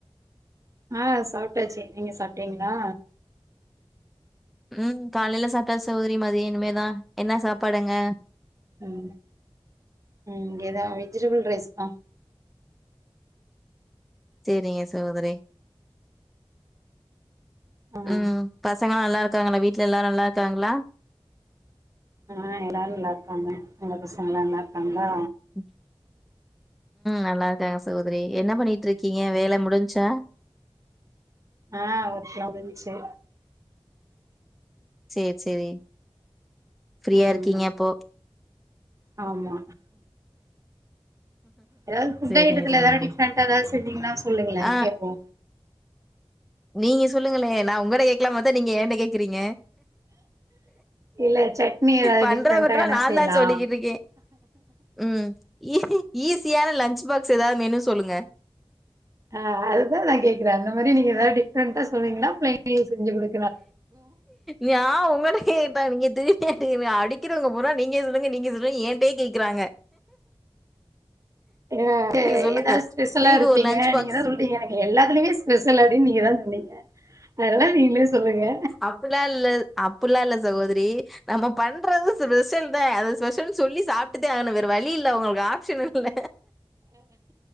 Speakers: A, on the right (about 35°); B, in the centre.
A: ஆ சாப்டாச்சு நீங்க சாப்டீங்களா
B: ம் காலையில சாப்டாச்சு சகோதரி மாதியோ இனிமேதா என்ன சாப்பாடு அங்க
A: ம் ம் இங்கதா வெஜிடபிள் ரைஸ் தா
B: சேரிங்க சகோதரி
A: ஆ
B: ம் பசங்கலா நல்லா இருக்காங்களா வீட்ல எல்லா நல்லா இருக்காங்களா
A: ஆ எல்லாரு நல்லா இருக்காங்க உங்க பசங்க எல்லா நல்லா இருக்காங்களா
B: ம் நல்லா இருக்காங்க சகோதரி என்ன பண்ணிட்டு இருக்கீங்க வேல முடிஞ்ச்சா
A: ஆ அவர்க்குலா முடிஞ்ச்சு
B: சேர் சேரி ஃப்ரீயா
A: ம்
B: இருக்கீங்க அப்போ
A: ஆமா ஏதாவது ஃபுட்
B: சேரிங்க
A: ஐட்டத்துல
B: சகோதரி
A: எதனா டிப்ரெண்டா ஏதாது செஞ்சிங்கன்னா சொல்லுங்கலே
B: ஆ
A: கேபோ
B: நீங்க சொல்லுங்களே நா உங்கள கேக்கலாம் பாத்தா நீங்க என்ன கேக்குறீங்க
A: இல்ல சட்னி ஏதாவது
B: பண்றவங்கட்டலா
A: டிஃப்ரெண்டா என்ன
B: நாதா
A: செய்யலா
B: சொல்லிக்கிட்டுருக்கே ம் ஈஸியான லன்ச் பாக்ஸ் ஏதாவது மெனு சொல்லுங்க
A: ஆ அதுதான் நான் கேக்குறே அந்த மாரி நீ ஏதவது டிப்ரெண்ட்டா சொன்னீங்கனா பிள்ளைகளு செஞ்சுகுடு
B: நா உங்கல்ட கேட்டா நீங்க எனக் அடிக்கிறவங்க பூரா நீங்க சொல்லுங்க நீங்க சொல்லுங்க ஏன்டே கேக்றாங்க
A: என எ
B: சொல்லுங்க
A: எதாது ஸ்பெஷலா
B: நீங்க
A: இருப்பீங்க
B: ஒரு லன்ச் பாக்ஸ்
A: நீங்க ஏத சொல் எனக்கு எத்துலயு ஸ்பெஷல் அப்டி நீங்க தா சொன்னீங்க அதெல்லா நீங்களே சொல்லுங்க
B: அப்புல்லா அப்புல்லா இல்ல சகோதிரி நம்ம பண்றது ஸ்பெஷல் தா அது ஸ்பெஷல்ன்னு சொல்லி சாப்ட்டுதே ஆவனு வேற வழி இல்ல உங்க ஆப்ஷனு இல்ல